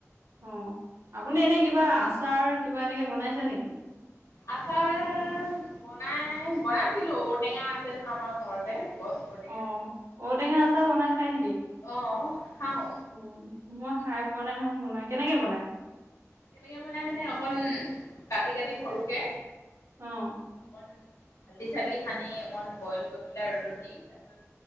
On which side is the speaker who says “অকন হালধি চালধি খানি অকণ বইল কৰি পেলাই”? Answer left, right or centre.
Left